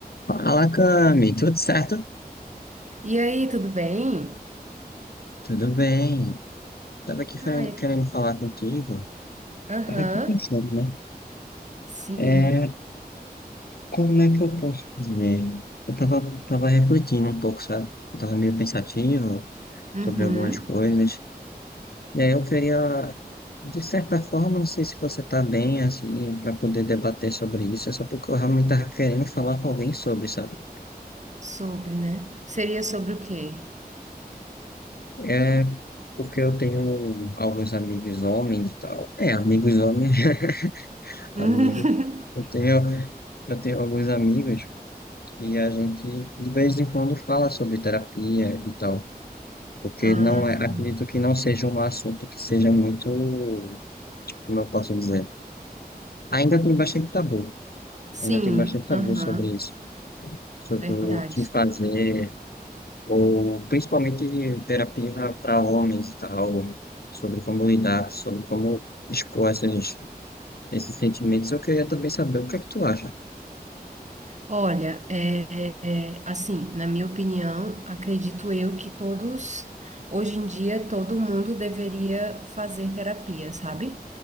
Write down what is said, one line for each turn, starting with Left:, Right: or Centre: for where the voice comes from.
Left: Fala, Cami, tudo certo?
Right: E aí, tudo bem?
Left: Tudo bem. Tava aqui
Right: Ah,
Left: querendo,
Right: é
Left: querendo
Right: que-
Left: falar contigo.
Right: Aham,
Left: Tava aqui pensando, né?
Right: sim.
Left: É, como é que eu posso dizer? Eu tava, tava refletindo um pouco, sabe? Eu tava meio pensativo
Right: Uhum.
Left: sobre algumas coisas. E aí eu queria, de certa forma, não sei se você tá bem, assim, para poder debater sobre isso. É só porque eu realmente tava querendo falar com alguém sobre, sabe?
Right: Sobre, né? Seria sobre o quê?
Left: É porque eu tenho alguns amigos homens e tal. É, amigos homens, <laughs>
Right: <laughs>
Left: amigos. Eu tenho Eu tenho alguns amigos que a gente de vez em quando fala sobre terapia e tal, porque
Right: Ah,
Left: não é,
Right: sim.
Left: acredito que não seja um assunto que seja muito, tipo, como eu posso dizer, ainda tem bastante tabu,
Right: Sim,
Left: ainda tem bastante tabu
Right: aham,
Left: sobre isso, sobre
Right: Verdade.
Left: o que fazer, ou principalmente terapia para homens e tal, sobre como lidar, sobre como expor essas, esses sentimentos. Eu queria também saber o que é que tu acha.
Right: Olha, é, é, é, assim, na minha opinião, acredito eu que todos, hoje em dia, todo mundo deveria fazer terapia, sabe?